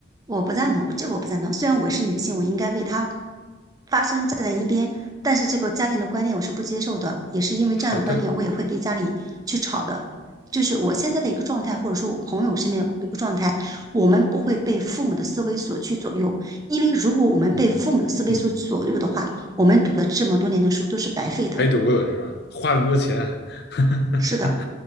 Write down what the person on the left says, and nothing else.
好的，
嗯嗯，
白读了是吧？花那么多钱啊，<laughs>